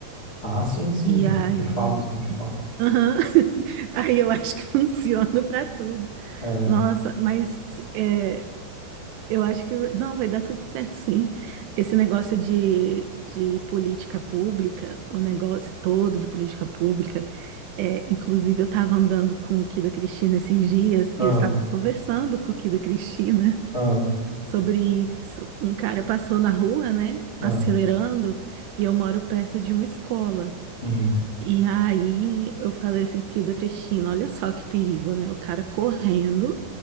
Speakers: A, on the left; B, on the right.
A: Ah, sim, sim,
B: E
A: de,
B: aí.
A: de fato, de fato.
B: Aham. <laughs> Aí eu acho que <laughs> funciona para tudo.
A: É,
B: Nossa, mas é, eu acho que não vai dar tudo certo, sim. Esse negócio de, de política pública, o negócio todo de política pública, é, inclusive eu estava andando com o Kida Cristina esses dias
A: ah,
B: e eu estava conversando com o Kida Cristina
A: ah,
B: sobre isso. Um cara passou na rua, né,
A: ah,
B: acelerando, e eu moro perto de uma escola.
A: uhum.
B: E aí eu falei assim que da Cristina, olha só que perigo, né? O cara correndo